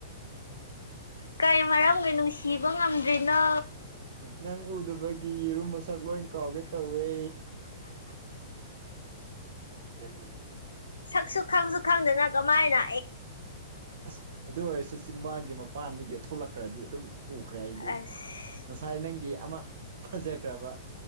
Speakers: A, on the left; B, on the right.
A: ꯀꯔꯤ ꯃꯔꯝꯒꯤ ꯅꯨꯡꯁꯤꯕ ꯉꯝꯗ꯭ꯔꯤꯅꯣ
B: ꯅꯪ ꯎꯗꯕꯒꯤ ꯌꯦꯔꯨꯝ ꯃꯁꯛ ꯂꯣꯏ ꯀꯥꯎꯒꯦ ꯇꯧꯋꯦ ꯎꯝ
A: ꯁꯛꯁꯨ ꯈꯪꯁꯨ ꯈꯪꯗꯅ ꯀꯃꯥꯏꯅ꯫
B: ꯑꯁ ꯑꯗꯨ ꯑꯣꯏꯔꯁꯨ ꯆꯤꯡꯕꯥꯡꯒꯤ ꯃꯄꯥꯟꯗꯒꯤ ꯊꯣꯛꯂꯛꯈ꯭ꯔꯗꯤ ꯑꯗꯨꯝ ꯎꯈ꯭ꯔꯦ ꯑꯩꯗꯤ꯫
A: ꯑꯁ
B: ꯉꯁꯥꯏ ꯅꯪꯒꯤ ꯑꯃ ꯐꯖꯈ꯭ꯔꯕ꯫